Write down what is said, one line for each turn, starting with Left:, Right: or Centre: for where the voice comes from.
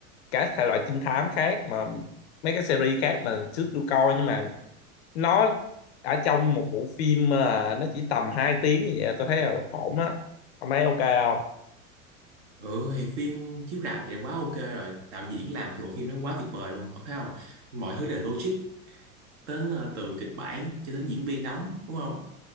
Left: các thể loại trinh thám khác mà mấy cái series khác mà trước tôi coi nhưng mà nó ở trong một bộ phim mà nó chỉ tầm 2 tiếng như vậy là tôi thấy là ổn á ông thấy ok không
Right: Ừ thì phim chiếu rạp thì quá ok rồi Đạo diễn làm thì bộ phim nó quá tuyệt vời luôn Ông thấy không Mọi thứ đều logic Đến ờ, từ kịch bản cho đến diễn viên đóng Đúng không